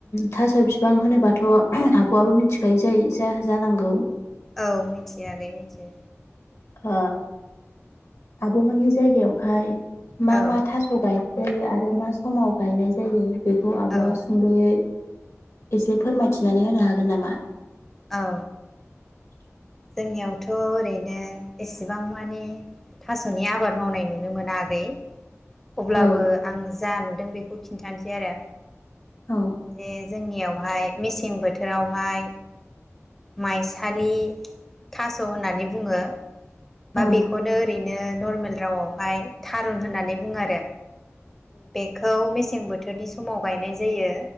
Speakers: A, on the left (about 70°); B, in the centre.
A: थास बिफां होनोबाथ आब-आबो मिथिखायो जायो जानांगौ।
B: औ मिथिया आगै मिथियो।
A: ओ आब मोननि जायगायावहाय। मा-मा
B: औ
A: थास गायनो। जायो आरो मा समाव गायनाय जायो? बेखौ आबआ
B: औ
A: सुंदयै- एसे फोरमायथिनानै होनो हागोन नामा?
B: औ।
A: <inaudible>
B: जोंनियावथ ओरैनो एसेबां मानि थास। मसनि आबाद मावनाय नुनो मोन आगै। अब्लाबो
A: औ
B: आं जानुदों। दों बेखौ खिन्थानोसै आरो।
A: औ
B: जे जोंनियावहाय मेसें बोथोरावहाय माइसालि थास होननानै बुङो। बा
A: औ
B: बेखौनो ओरैनो नरमेल रावआवहाय थारुन होननानै बुङो आरो बेखौ मेसें बोथोरनि समाव गायनाय जायो